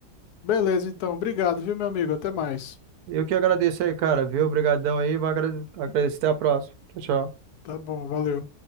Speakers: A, on the left (about 75°); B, on the right (about 70°).
A: Beleza, então. Obrigado, viu, meu amigo? Até mais.
B: Eu que agradeço aí, cara. Viu? Obrigadão aí. Vai agrade- agradecer. Até a próxima. Tchau, tchau.
A: Tá bom, valeu.